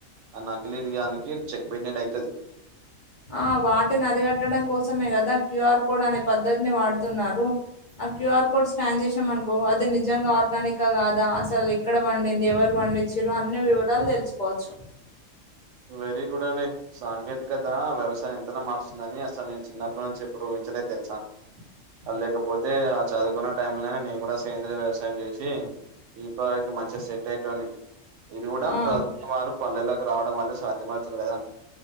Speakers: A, on the right (about 70°); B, on the left (about 60°).
A: అ నాకిలీది గానికి చెక్ పెట్టినట్టు ఐతది.
B: ఆ వాటిని అరిగట్టడం కోసమే కదా క్యూఆర్ కోడ్ అనే పద్ధతిని వాడుతున్నారు. ఆ క్యూఆర్ కోడ్ స్కాన్ చేసాం అనుకో అది నిజంగా ఆర్గానికా కాదా అసలు ఎక్కడ పండింది ఎవరు పండిచ్చిర్రు అన్ని వివరాలు తెలుసుకోవచ్చు
A: వెరీ గుడ్ అండి సాంకేతికత వ్యవసాయం ఎంతలా మారుస్తుందని అసలు నేను చిన్నప్పటి నుంచి ఎప్పుడు తెలుసా ఆ లేకపోతే ఆ చదువుకున్న టైం లోనే నేను కూడా సేంద్రియ వ్యవసాయం చేసి ఇప్పటివరకు మంచిగా సెట్ అయ్యేటోడ్ని ఇది కూడా
B: ఆ!
A: ప్రజ వారు పల్లెల్లోకి రావడం వల్లే సాధ్యం అవుతుంది కదా